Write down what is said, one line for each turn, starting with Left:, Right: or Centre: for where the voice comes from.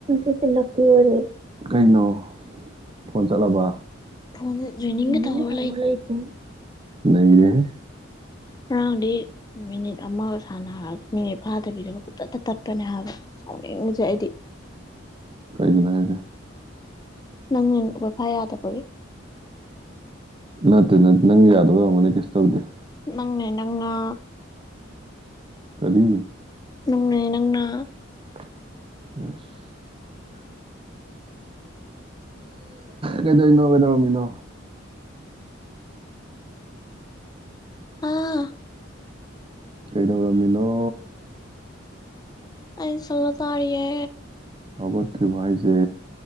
Right: ꯃꯁꯤ ꯂꯛꯀꯤ ꯑꯣꯏꯔꯦ ꯀꯩꯅꯣ ꯐꯣꯟ ꯆꯠꯂꯕ
Left: ꯐꯣꯟꯁꯦ ꯖꯣꯏꯅꯤꯡꯒ
Right: ꯅꯤꯡ
Left: ꯇꯧꯔ
Right: ꯂꯩꯇ꯭ꯔꯦ ꯅꯩꯔꯦꯍꯦ
Left: ꯉꯔꯥꯡꯗꯤ ꯃꯤꯅꯤꯠ ꯑꯃ ꯁꯅ ꯃꯤꯅꯩ ꯐꯥꯗꯕꯤꯗꯒ ꯐꯖꯗ ꯇꯠꯄꯅꯦ ꯍꯥꯏꯕ ꯁꯥꯎꯅꯤꯡꯕꯁꯦ ꯑꯩꯗꯤ
Right: ꯀꯩꯒꯤꯅꯣ ꯍꯥꯏꯖꯦ
Left: ꯅꯪꯅ ꯋꯥꯏ ꯐꯥꯏ ꯌꯥꯗꯕꯒꯤ
Right: ꯅꯠꯇꯦ ꯅꯠ ꯅꯪ ꯌꯥꯗꯕꯩ ꯑꯣꯏꯔꯝꯒꯅꯤ ꯅꯪ ꯀꯩꯁꯨ ꯇꯧꯗꯦ
Left: ꯅꯪꯅꯦ ꯅꯪꯉꯥ
Right: ꯀꯔꯤ
Left: ꯅꯨꯡꯅꯦ ꯅꯪꯅ
Right: ꯑꯁ ꯀꯩꯗꯩꯅꯣ ꯀꯩꯗꯧꯔꯝꯃꯤꯅꯣ
Left: ꯑꯥ
Right: ꯀꯩꯗꯧꯔꯃꯤꯅꯣ
Left: ꯑꯩ ꯁꯜꯂ ꯇꯥꯔꯤꯌꯦ
Right: ꯍꯧꯠꯇ꯭ꯔꯤꯕꯣ ꯍꯥꯏꯖꯦ